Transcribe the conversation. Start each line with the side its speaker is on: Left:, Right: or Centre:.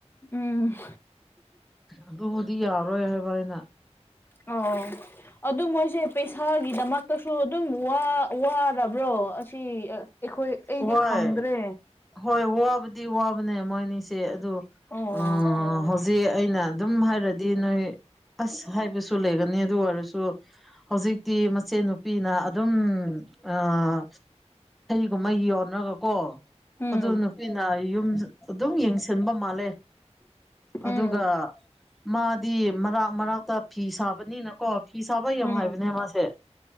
Left: ꯎꯝ꯫
Centre: ꯑꯗꯨꯕꯨꯗꯤ ꯌꯥꯔꯣꯏ ꯍꯥꯏꯕ ꯑꯩꯅ꯫
Left: ꯑꯣ ꯑꯗꯨ ꯃꯣꯏꯁꯦ ꯄꯩꯁꯥꯒꯤꯗꯃꯛꯇꯁꯨ ꯑꯗꯨꯝ ꯋꯥꯔꯕ꯭ꯔꯣ ꯑꯁꯤ ꯑꯩꯈꯣꯏ ꯑꯩꯗꯤ
Centre: ꯍꯣꯏ
Left: ꯈꯪꯗ꯭ꯔꯦ
Centre: ꯍꯣꯏ ꯋꯥꯕꯗꯤ ꯋꯥꯕꯅꯦ ꯃꯣꯏ ꯑꯅꯤꯁꯦ ꯑꯗꯨ
Left: ꯑꯣ
Centre: ꯑꯣ ꯍꯧꯖꯤꯛ ꯑꯩꯅ ꯑꯗꯨꯝ ꯍꯥꯏꯔꯗꯤ ꯅꯣꯏ ꯑꯁ ꯍꯥꯏꯕꯁꯨ ꯂꯩꯒꯅꯤ ꯑꯗꯨ ꯑꯣꯏꯔꯁꯨ ꯍꯧꯖꯤꯛꯇꯤ ꯃꯆꯦ ꯅꯨꯨꯄꯤꯅ ꯑꯗꯨꯝ ꯑꯥ ꯀꯨꯝꯃꯩ ꯌꯣꯟꯅꯥꯕꯥ ꯀꯣ
Left: ꯎꯝ
Centre: ꯑꯗꯨꯅ ꯇꯤꯅꯥ ꯌꯨꯝ ꯑꯗꯨꯝ ꯌꯦꯡꯁꯤꯟꯕ ꯃꯥꯜꯂꯦ ꯑꯗꯨꯒ
Left: ꯎꯝ
Centre: ꯃꯥꯗꯤ ꯃꯔꯛ ꯃꯔꯥꯛꯇ ꯐꯤ ꯁꯥꯕꯅꯤꯅꯀꯣ ꯐꯤ ꯁꯥꯕ ꯌꯦꯡꯎꯍꯥꯏꯕꯅꯦ
Left: ꯎꯝ
Centre: ꯃꯥꯁꯦ <inaudible>